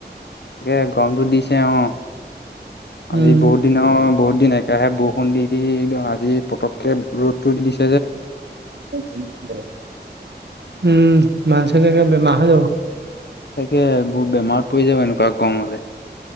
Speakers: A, on the left; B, on the right.
A: তাকে, গৰমতো দিছে অ',
B: উম
A: আজি বহুত দিনৰ বহুত বহুতদিন একেৰাহে বৰষুণ দি, দি একদম আজি পতককে ৰ'দটো দি দিছি
B: <unintelligible> উম, মানুহ চানুহ একে বেমাৰ হৈ যাব।
A: তাকে, বোৰ বেমাৰত পৰি যাব এনেকুৱা গৰম হ'লে।